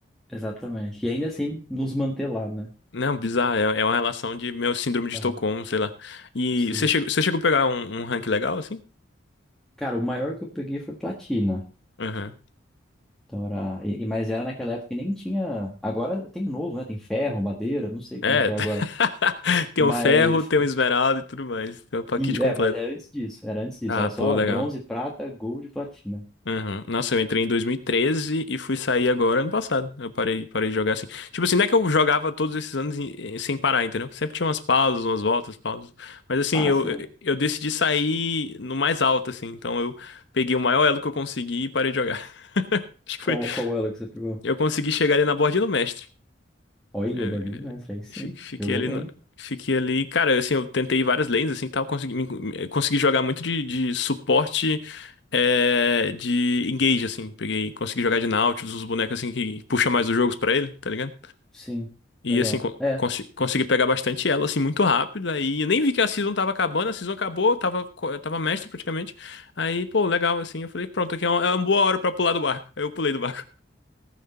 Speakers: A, in the centre; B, on the left (about 65°).
A: Exatamente. E ainda assim nos manter lá, né?
B: Não, bizarro. É, é uma relação de meu síndrome de
A: É,
B: Estocolmo, sei lá. E
A: sim.
B: você chegou, você chegou a pegar um, um rank legal, assim?
A: Cara, o maior que eu peguei foi platina.
B: Aham.
A: Então era, e, e- mas era naquela época que nem tinha. Agora tem novo, né? Tem ferro, madeira, não sei
B: É.
A: como que
B: <laughs>
A: é agora.
B: Tem
A: Mas,
B: o ferro, tem o esmeralda e tudo mais. Tem o pacote
A: e,
B: completo.
A: é, mas é antes disso, era antes disso,
B: Ah,
A: era
B: pô,
A: só
B: legal.
A: bronze, prata, gold e platina.
B: Aham. Nossa, eu entrei em 2013 e treze e fui sair agora ano passado. Eu parei, parei de jogar assim. Tipo assim, não é que eu jogava todos esses anos em- em- sem parar, entendeu? Sempre tinha umas pausas, umas voltas, pausas. Mas assim,
A: Ah,
B: eu,
A: sim
B: eu eu decidi sair no mais alto, assim. Então eu peguei o maior elo que eu consegui e parei de jogar. <laughs> Acho que
A: Qual,
B: foi,
A: qual ela que você pegou?
B: Eu consegui chegar ali na bordinha do mestre.
A: Olha,
B: É,
A: Borderline Mestre, aí sim.
B: fi- fiquei
A: Jogou
B: ali
A: bem.
B: no- Fiquei ali, cara, assim, eu tentei várias lanes, assim, tal, consegui, me- me- eh, consegui jogar muito de, de suporte, é, de engage, assim, peguei, consegui jogar de Nautilus, os bonecos, assim, que puxa mais os jogos pra ele, tá ligado?
A: Sim,
B: E,
A: legal.
B: assim, con-
A: É,
B: cons- consegui pegar bastante elo, assim, muito rápido, aí eu nem vi que a season tava acabando, a season acabou, eu tava, co- eu tava mestre, praticamente, aí, pô, legal, assim, eu falei, pronto, aqui é uma, é uma boa hora pra pular do barco, aí eu pulei do barco.